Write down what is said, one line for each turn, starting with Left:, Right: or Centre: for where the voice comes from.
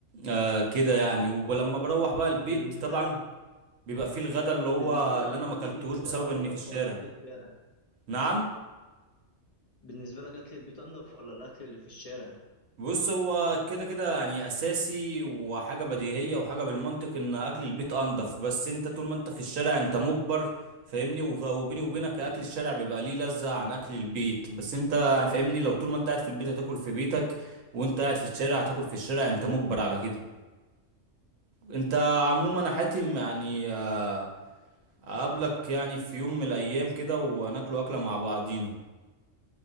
Right: آه كده يعني ولما بروح بقى البيت
Left: بالنسبه
Right: طبعا
Left: لك
Right: بيبقى فيه الغدا اللي هو
Left: بالنسبه لك
Right: اللي
Left: اكل
Right: انا ما اكلتهوش
Left: البيت
Right: بسبب
Left: آه،
Right: اني
Left: انضف
Right: في الشارع
Left: ولا اكل الشارع
Right: نعم
Left: بالنسبه لك اكل البيت انضف ولا الاكل اللي في الشارع
Right: بص هو كده كده يعني اساسي وحاجه بديهيه وحاجه بالمنطق ان اكل البيت انضف بس انت طول ما انت في الشارع انت مجبر فاهمني وغ- وبيني وبينك اكل الشارع بيبقى ليه لذة عن اكل البيت بس انت فاهمني لو طول ما انت قاعد في البيت هتاكل في بيتك وانت قاعد في الشارع هتاكل في الشارع انت مجبر على كده انت عموما انا حاتم يعني آه، اقابلك يعني في يوم من الايام كده وناكلوا اكله مع بعضينا